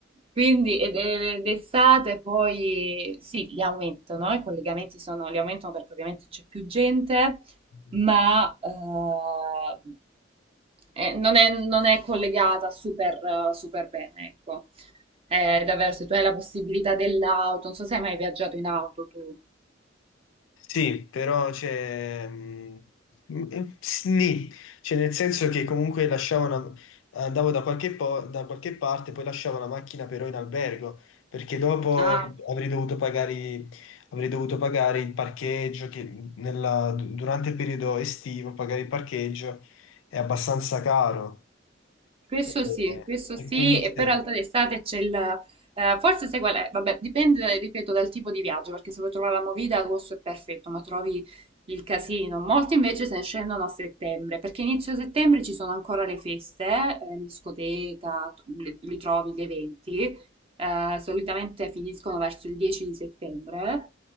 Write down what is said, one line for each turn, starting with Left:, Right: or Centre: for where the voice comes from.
Right: Quindi ed- ed- d'estate poi sì, li aumentano, i collegamenti sono, li aumentano perché ovviamente c'è più gente,
Left: <laughs>
Right: ma eh, eh, non è, non è collegata super, super bene, ecco. Eh, davvero, se tu hai la possibilità dell'auto, non so se hai mai viaggiato in auto tu.
Left: Sì, però c'è... mm, mm, eh, Sni, cioè nel senso che comunque lasciavo una- andavo da qualche, po- da qualche parte, poi lasciavo la macchina però in albergo, perché dopo
Right: Ah,
Left: avrei dovuto pagare, i- avrei dovuto pagare il parcheggio, che nella- durante il periodo estivo pagare il parcheggio è abbastanza caro.
Right: questo
Left: E,
Right: sì, questo
Left: e
Right: sì,
Left: quindi
Right: e
Left: se-
Right: poi in realtà d'estate c'è il... eh, forse sai qual è? Vabbè, dipende, ripeto, dal tipo di viaggio, perché se vuoi trovare la movida, agosto è perfetto, ma trovi il casino. Molti invece se ne scendono a settembre, perché inizio settembre ci sono ancora le feste, eh, in discoteca, tu- le- li trovi gli eventi, eh, solitamente finiscono verso il 10 di settembre,